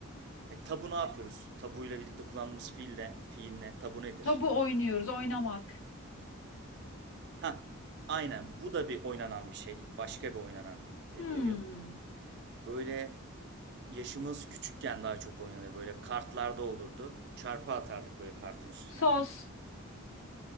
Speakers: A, on the right; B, on the left.
A: Hayır, tabu ne yapıyoruz? Tabuyla birlikte kullandığımız fiille, fiil ne? Tabu nedir?
B: Tabu oynuyoruz, oynamak.
A: Hah, aynen. Bu da bir oynanan bir şey. Başka bir oynanan e,
B: Hmm.
A: bir oyun. Böyle yaşımız küçükken daha çok oynanır. Böyle kartlarda olurdu. Çarpı atardık böyle kartın üstüne.
B: Sos.